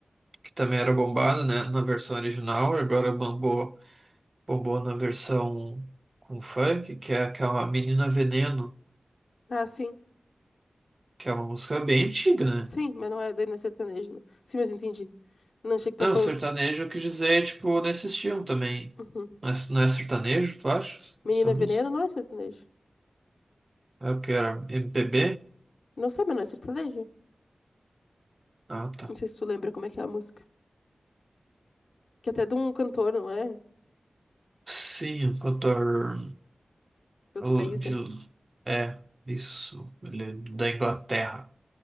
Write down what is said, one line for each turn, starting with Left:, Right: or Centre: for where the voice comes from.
Right: que também era bombada, né, na versão original, agora bombou, bombou na versão com funk, que é aquela Menina Veneno,
Left: Ah, sim,
Right: que é uma música bem antiga,
Left: sim,
Right: né?
Left: mas não é daí não é sertanejo. né? Sim, mas entendi. Não achei que tá
Right: Não,
Left: falando.
Right: sertanejo eu quis dizer, tipo, nesse estilo também.
Left: Uhum.
Right: Não é, não é sertanejo, tu acha?
Left: Menina
Right: Essa música?
Left: Veneno não é sertanejo.
Right: É o que era? MPB?
Left: Não sei, mas não é sertanejo.
Right: Ah, tá.
Left: Não sei se tu lembra como é que é a música. Que até é de um cantor, não é? De
Right: Sim, o cantor.
Left: outro
Right: O
Left: país,
Right: de,
Left: né?
Right: é, isso. Ele é da Inglaterra.